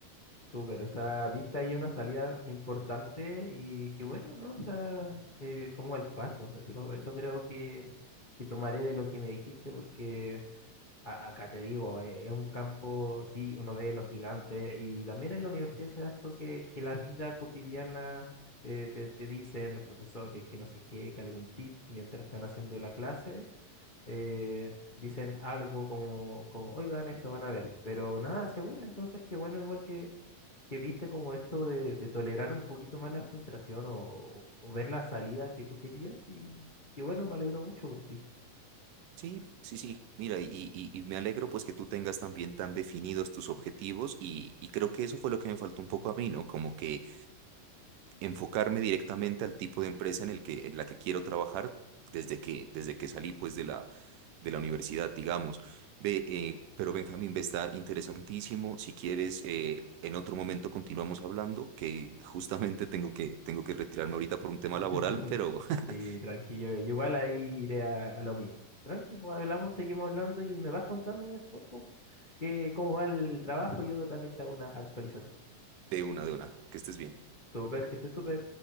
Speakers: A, on the left; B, on the right.
A: Súper, o sea, viste ahí una salida importante y qué bueno, ¿no? O sea, eh, como al paso. Eso, eso creo que, que tomaré de lo que me dijiste porque A- Acá te digo, eh, es un campo, sí, uno ve los gigantes y también en la universidad se da esto que, que la vida cotidiana eh, te, te dicen los profesores que no sé qué, que algún tip mientras están haciendo la clase, eh, dicen algo como, como, oigan, esto van a ver, pero nada segura, entonces qué bueno, igual que, que viste como esto de, de tolerar un poquito más la frustración o, o o ver la salida que tú querías y qué bueno, me alegro mucho por ti.
B: Sí, sí, sí. Mira, y, y- y me alegro pues que tú tengas también tan definidos tus objetivos y, y creo que eso fue lo que me faltó un poco a mí, ¿no? Como que enfocarme directamente al tipo de empresa en el que, en la que quiero trabajar desde que, desde que salí pues de la, de la universidad, digamos. Ve, eh, pero Benjamín, ve, está interesantísimo. Si quieres, eh, en otro momento continuamos hablando, que justamente tengo que, tengo que retirarme ahorita por un tema
A: <laughs>
B: laboral, pero <laughs>
A: Sí, tranquilo. Yo yo igual ahí iré a, a lo mío. Tranqui, pues hablamos, seguimos hablando y me vas contando después, pues, que cómo va el, el trabajo. Yo también te hago una actualización.
B: de una, de una, que estés bien.
A: Súper, que esté súper.